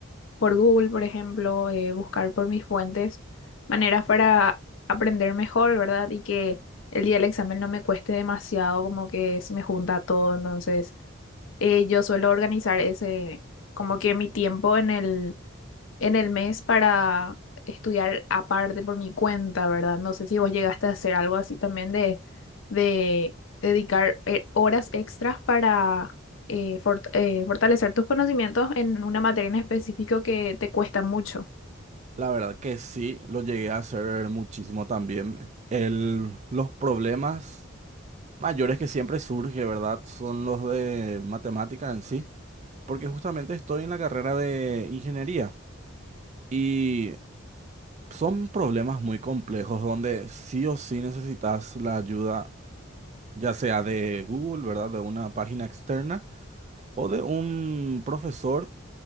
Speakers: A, on the left (about 70°); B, on the right (about 35°).
A: por Google, por ejemplo, eh, buscar por mis fuentes maneras para aprender mejor, ¿verdad? Y que el día del examen no me cueste demasiado, como que se me junta todo. Entonces, eh, yo suelo organizar ese, como que mi tiempo en el en el mes para estudiar aparte por mi cuenta, ¿verdad? No sé si vos llegaste a hacer algo así también de, de dedicar eh, horas extras para eh, fort- eh, fortalecer tus conocimientos en una materia en específico que te cuesta mucho.
B: La verdad que sí, lo llegué a hacer muchísimo también. El, los problemas mayores que siempre surge, ¿verdad? Son los de matemática en sí, porque justamente estoy en la carrera de ingeniería y son problemas muy complejos donde sí o sí necesitas la ayuda, ya sea de Google, ¿verdad? De una página externa o de un profesor